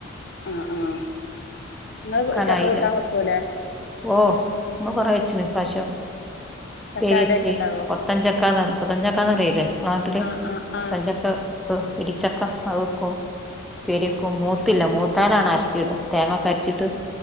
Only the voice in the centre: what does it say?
വെക്കാനായില്ല
ഓ നമ്മള് കൊറെ വെച്ചിണ് ഇപ്രാശോം.
പ്പേരി
വെച്ച്
കൊത്തൻ ചക്കാന്ന് പറ കൊത്തൻ ചക്കാന്ന് പറയുലേ നിങ്ങള നാട്ടില്
കൊത്തൻ
ചക്ക. പ്പോ ഇടിച്ചക്ക അഹ് വെക്കും. ഉപ്പേരിയെക്കും മൂത്തില്ല മൂത്താലാണ് അരച്ചിട തേങ്ങൊക്കെ അരച്ചിട്ട്.